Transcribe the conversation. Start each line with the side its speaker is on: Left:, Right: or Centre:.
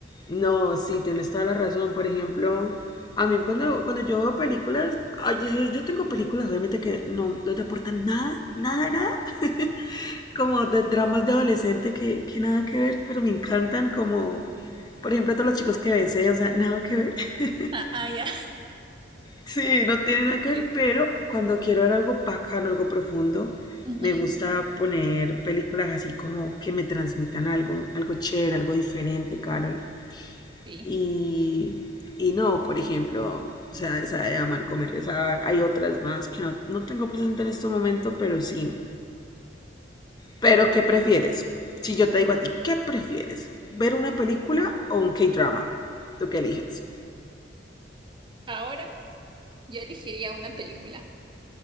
Left: No, sí, tienes toda la razón. Por ejemplo, a mí cuando, cuando yo veo películas, ay, yo, yo tengo películas obviamente que no, no te aportan nada, nada, nada. <laughs> como de dramas de adolescente que, que nada que ver, pero me encantan como, por ejemplo, todos los chicos que besé, o sea, nada que ver. <laughs>
Right: Ah, ah, ya.
Left: sí, no tiene nada que ver,
Right: Sí.
Left: pero cuando quiero ver algo bacano, algo profundo,
Right: Ujú,
Left: me gusta poner películas así como que me transmitan algo, algo chévere, algo diferente, Carol.
Right: sí.
Left: Y, y no, por ejemplo, o sea, esa de amar, comer, rezar. Hay otras más que no, no tengo presente en este momento, pero sí, Pero, ¿qué prefieres? Si yo te digo a ti, ¿qué prefieres? ¿Ver una película o un K-drama? ¿Tú qué eliges?
Right: Ahora yo elegiría una película.